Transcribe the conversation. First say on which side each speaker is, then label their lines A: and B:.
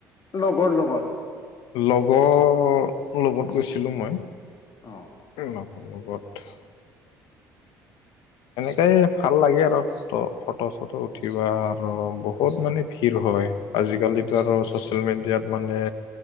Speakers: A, on the left; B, on the left.
A: লগৰ লগত?
B: লগৰ লগত গৈছিলোঁ মই।
A: অ'।
B: এ লগৰ, লগত। এনেকাই ভাল লাগে আৰু। ত' ফটো চটো উঠিবা আৰু বহুত মানে ভিৰ হয়, আজিকালি আৰু ছচিয়েল মিডিয়াত মানে